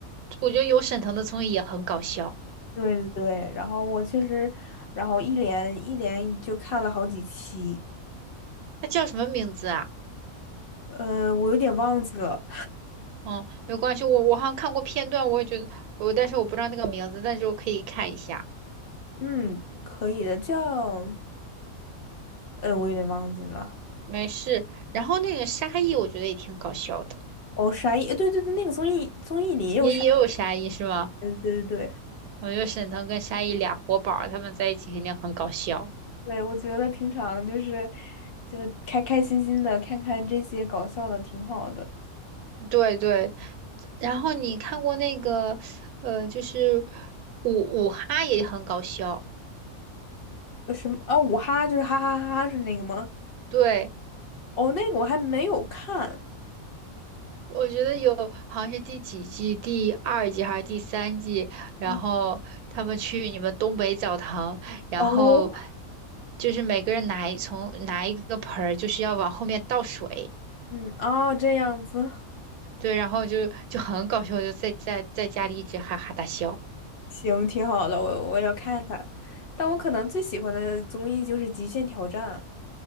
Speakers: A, on the right; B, on the left.
A: 我觉得有沈腾的综艺也很搞笑，
B: 对对对，然后我确实，然后一连一连就看了好几期，
A: 他叫什么名字啊？
B: 呃，我有点忘记了，
A: 哦，没关系，我我好像看过片段，我也觉得我，但是我不知道那个名字，但是我可以看一下，
B: 嗯，可以的，叫，呃，我有点忘记了。
A: 没事。然后那个沙溢，我觉得也挺搞笑的，
B: 哦，沙溢，呃对对对，那个综艺综艺里也有沙溢，
A: 也也有沙溢是吗？
B: 对对对。
A: 我觉得沈腾跟沙溢俩活宝儿他们在一起肯定很搞笑。
B: 对，我觉得平常就是就开开心心的看看这些搞笑的，挺好的。
A: 对对，然后你看过那个，呃，就是五五哈也很搞笑，
B: 呃什么啊？五哈就是哈哈哈哈是那个吗？
A: 对。
B: 哦，那个我还没有看。
A: 我觉得有，好像是第几季，第二季还是第三季，然后他们去你们东北澡堂，
B: 嗯
A: 然后
B: 哦，
A: 就是每个人拿一从拿一个盆儿，就是要往后面倒水，
B: 嗯，哦，这样子，
A: 对，然后就就很搞笑，就在在在家里一直哈哈大笑
B: 行，挺好的，我我要看看。但我可能最喜欢的综艺就是《极限挑战》。